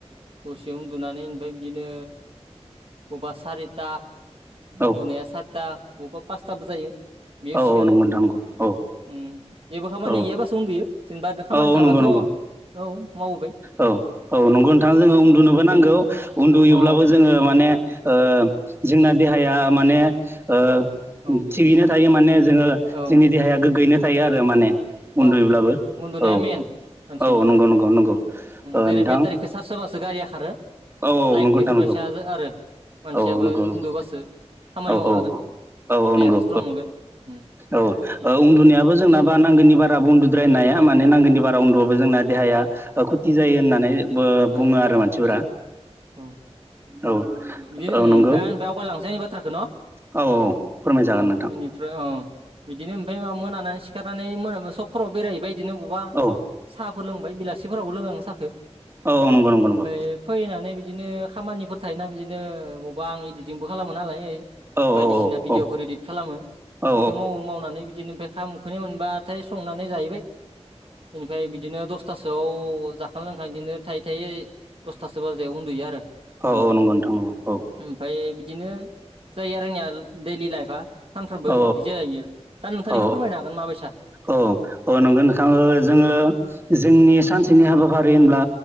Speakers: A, on the right; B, on the right.
A: दसेयाव उन्दु नानै ओमफ्राय बिदिनो बबा सारिथा
B: औ
A: उन्दुनाया सारिथा। बबेबा पासथाबो जायो। बेयाव
B: औ
A: सिखारो
B: नंगौ नोंथां नंगौ औ
A: उम जेबो खामानिया
B: औ
A: गैयाबासो उन्दैयो। जेनेबा खामानि
B: औ
A: थाबाथ'
B: नंगौ
A: औ
B: नंगौ
A: माव
B: औ औ नंगौ नोंथां जोङो उन्दुनोबो नांगौ
A: उम
B: उन्दुयोब्लाबो
A: अ
B: जोङो माने ओ जोंना देहाया माने ओ
A: औ
B: थिगैनो थायो माने जोङो
A: औ
B: जोंनि देहाया गोग्गोयैनो थायो आरो माने उन्दुयोब्लाबो
A: औ उन्दुनाया
B: औ
A: मेन मानसिनि
B: औ नंगौ नंगौ नंगौ ओ
A: जेरै
B: नोंथां
A: बेटारिखौ चार्ज होबासो गारिया खारो
B: औ औ
A: लाइक
B: नंगौ
A: बेफोरबायस
B: नोंथां नंगौ
A: आरो मानसियाबो
B: औ औ नंगौ नंगौ
A: उन्दुबासो खामानि
B: औ
A: मावनो
B: औ
A: हागोन
B: औ
A: देहाखौ
B: नंगौ
A: स्ट्रं मोनगोन उम
B: औ
A: उम
B: औ उन्दुनायाबो जोंना बा नांगोननि बा बाराबो उन्दुद्रायनो हाया माने नांगौनि बारा उन्दुबाबो जोंना देहाया
A: उम
B: खुथि जायो होननानै बो
A: उम
B: बुङो आरो मानसिफोरा
A: औ
B: औ
A: बिदिनो
B: औ
A: ओम
B: नंगौ
A: ओमफ्राय आं दावगाय लांसै थाखो न
B: औ औ फोरमायजागोन
A: औ
B: नोंथां
A: बेनिफ्राय औ बिदिनो ओमफ्राय माबा मोनानानै सिखारनानै मोनाब सगफोराव बेरायहैबाय बिदिनो बबावबा
B: औ
A: सा फोर लोंबाय बेलासे फोरावबो ओमफाय
B: औ नंगौ नंगौ नंगौ
A: फैनानै बिदिनो खामानिफोर थायोना बिदिनो बबेबा आं इदिटिंबो खालामो नालाय
B: औ
A: बायदिसिना भिडिअफोर
B: औ
A: इदित खालामो
B: औ
A: इदितखौ मावो मावनानै बिदि बिदिनो ओमफ्राय खाम उखैनाय मोनबाथाय संनानै जाहैबाय बेनिफ्राय बि बिदिनो दसथासोआव जाखां लोंखां बिदिनो थायै थायै दसथासो बाजायाव उन्दुयो आरो
B: औ
A: आङो
B: नंगौ नोंथां नंगौ औ
A: ओमफ्राय बिदिनो जायो आरो आंनिया दैलि लाइफआ सानफ्रामबो
B: औ
A: बिदि जायो आरो दा नोंथांनिखौ
B: औ
A: फोरमायनो हागोन माबायदि
B: औ औ नंगो नोंथां जोङो जोंनि सानसे नि हाबाफारि होनब्ला